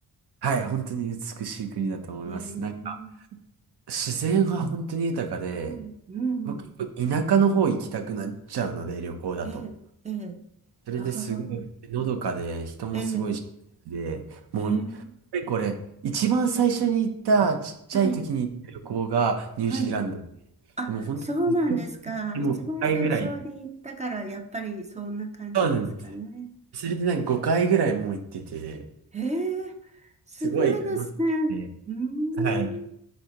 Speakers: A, on the right; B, on the right.
A: はい本当に美しい国だと思います。
B: ねえ、
A: なんか、自然が本当に豊かで、
B: うん、うん、
A: 僕結構田舎の方行きたくなっちゃうので、旅行だと。
B: ええ、ええ、
A: それですごいのどかで、
B: はあ、
A: 人もすごいし、
B: ええ、
A: で、もう、
B: ええ、
A: これ、一番最初に行った、ちっちゃい時に行った旅行がニュージーランド。
B: はい、はい。
A: でも本当ずっと、
B: あ、そうなんですか。
A: でも5回ぐらい。
B: 一番最初に行ったから、やっぱりそんな感じですかね。
A: そうなんです。それでなんか5回ぐらいもう行ってて、
B: へえ、すごいですね。
A: すごい楽しくて、
B: うーん。
A: はい。